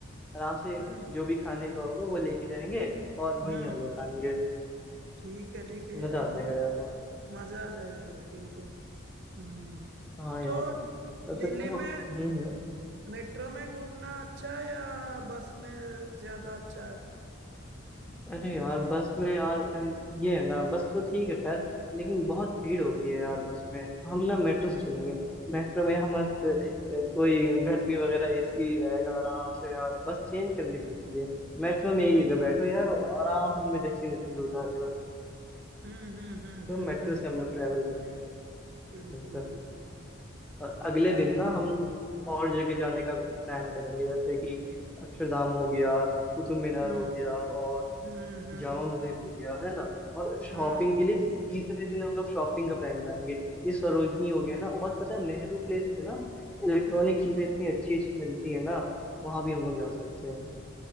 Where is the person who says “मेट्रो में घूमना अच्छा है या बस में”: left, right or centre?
Right